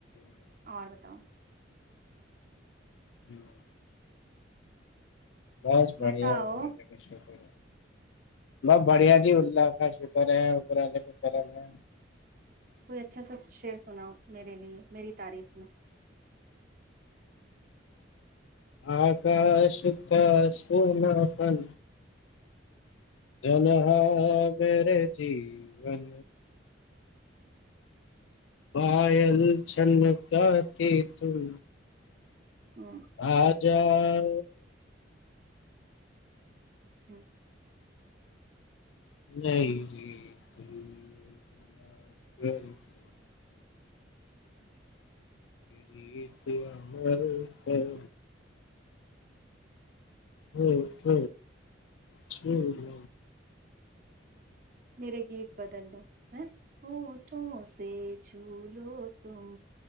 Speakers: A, on the left; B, on the right.
A: <inaudible>
B: اور بتاؤ
A: ہوں بس بڑھیا
B: بتاؤ
A: اپر ا کش کر بہت بڑھیا جی اللہ کا شکر ہے ابرے کو کرم ہے
B: کوئی اچھا سا شعر سنا میرے لیئے میری تعریف میں
A: آکاش کا سونا پن جلح میرے جین پائل چھن گ ت تم
B: ہ
A: آ ج ا <unintelligible>
B: جی <unintelligible>
A: نہیں <unintelligible> ریت ہممر کر ہ ٹھ ج <unintelligible>
B: میرے گیت بدل دو ا وہ ٹھوں سے جھ ل تم